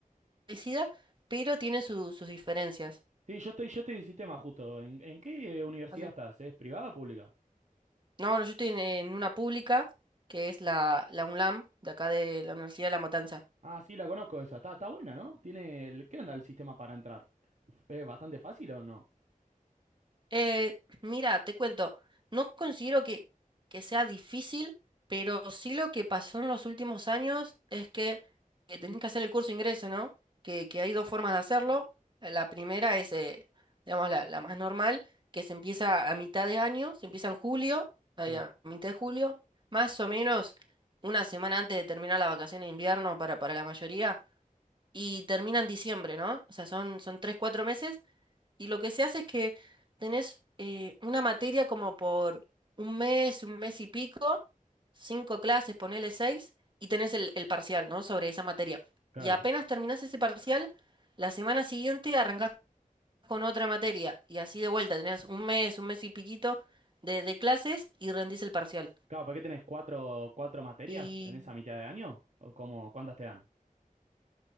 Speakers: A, on the right; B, on the right.
A: parecida, pero tiene su- sus diferencias.
B: Sí, yo estoy, yo estoy en sistema justo. ¿En, en qué universidad
A: Así-
B: estás? ¿Es privada o pública?
A: No, no, yo estoy en, en una pública, que es la, la UNLAM, de acá de la Universidad de La Matanza.
B: Ah, sí, la conozco esa. Está, está buena, ¿no? Tiene el... ¿Qué onda el sistema para entrar? ¿Es bastante fácil o no?
A: Eh, mira, te cuento, no considero que, que sea difícil, pero sí lo que pasó en los últimos años es que, eh, tenés que hacer el curso de ingreso, ¿no? Que, que hay dos formas de hacerlo. Eh, La primera es, eh, digamos, la, la más normal, que se empieza a mitad de año, se empieza en julio, ahí
B: Sí,
A: a mitad de julio, más o menos una semana antes de terminar la vacación de invierno para, para la mayoría, y termina en diciembre, ¿no? O sea, son, son tres, cuatro meses y lo que se hace es que tenés eh, una materia como por un mes, un mes y pico, cinco clases, ponele seis, y tenés el, el parcial, ¿no? Sobre esa materia.
B: claro.
A: Y apenas terminás ese parcial, la semana siguiente arrancás con otra materia. Y así de vuelta, tenés un mes, un mes y piquito de, de clases y rendís el parcial.
B: Claro, ¿para qué tenés cuatro, cuatro materias
A: Y
B: en esa mitad de año? ¿O cómo, cuántas te dan?